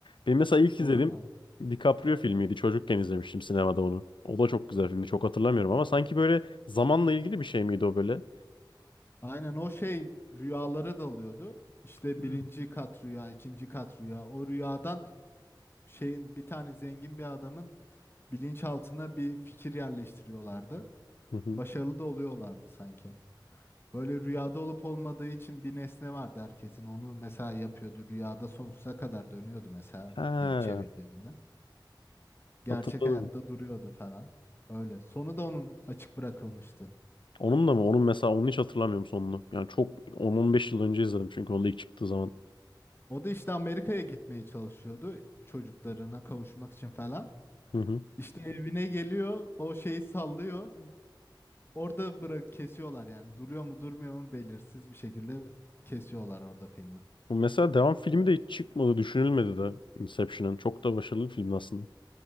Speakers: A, on the left; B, on the left.
A: Benim mesela ilk
B: Orada
A: izlediğim DiCaprio filmiydi. Çocukken izlemiştim sinemada onu. O da çok güzel filmdi. Çok hatırlamıyorum ama sanki böyle zamanla ilgili bir şey miydi o böyle?
B: aynen o şey rüyalara dalıyordu. İşte
A: Hmm.
B: birinci kat rüya, ikinci kat rüya. O rüyadan şeyin bir tane zengin bir adamın bilinçaltına bir fikir yerleştiriyorlardı.
A: Hı hı.
B: Başarılı da oluyorlardı sanki. Böyle rüyada olup olmadığı için bir nesne vardı herkesin. Onu mesela yapıyordu. Rüyada sonsuza kadar dönüyordu mesela
A: Ha,
B: bir çevirdiğinde. Gerçek
A: hatırladım.
B: hayatta duruyordu falan. Öyle. Sonu da onun açık bırakılmıştı.
A: Onun da mı? Onun mesela onu hiç hatırlamıyorum sonunu. Yani çok 10-15 yıl önce izledim çünkü onda ilk çıktığı zaman.
B: O da işte Amerika'ya gitmeye çalışıyordu çocuklarına kavuşmak için falan.
A: Hı hı.
B: İşte evine geliyor, o şeyi sallıyor. Orada bırak kesiyorlar yani. Duruyor mu, durmuyor mu belirsiz bir şekilde kesiyorlar orada filmi.
A: Bu Mesela devam filmi de hiç çıkmadı, düşünülmedi de Inception'ın. Çok da başarılı bir film aslında.